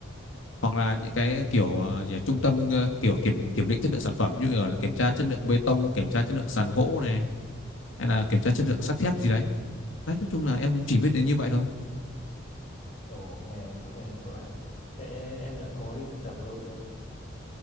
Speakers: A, on the left; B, on the left.
A: hoặc là những cái kiểu ờ, gì nhỉ, trung tâm ờ, kiểu kiểm kiểm định chất lượng sản phẩm như ở là kiểm tra chất lượng bê tông, kiểm tra chất lượng sàn gỗ này, hay là kiểm tra chất lượng sắt thép gì đấy. Đấy, nói chung là em cũng chỉ biết đến như vậy thôi.
B: Ồ, nghe cũng nghe cũng lạ nhỉ. Thế em đã có đi thực tập ở đâu chưa?